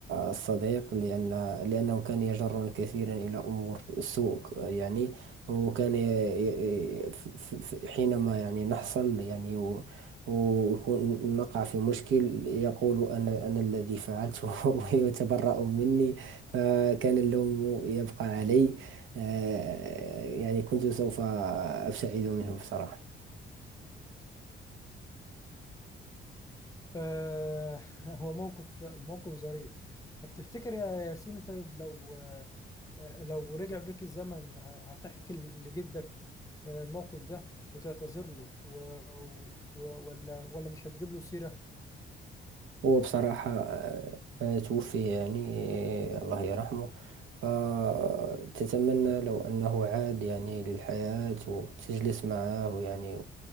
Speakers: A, on the right; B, on the left.
A: الصديق لأن لأنه كان يجرني كثيرا إلى أمور سوء يعني وكان ي- ي- ف- ف- ف- حينما يعني نحصل يعني و- ويكون نقع في مشكل يقول أنا أنا الذي فعلته <laughs> ويتبرأ مني فكان اللوم يبقى علي آه، يعني كنت سوف أبتعد منهم بصراحة
B: آه <laughs> هو موقف موقف ظريف طب تفتكر يا ياسين طيب لو آه، لو رجع بيك الزمن ه- هتحكي لجدك آه، الموقف ده وتعتذر له و... و... ولا ولا مش هتجيب له سيرة
A: هو بصراحة آه، آه، توفي يعني آه، الله يرحمه فتتمنى لو أنه عاد يعني للحياة وتجلس معه يعني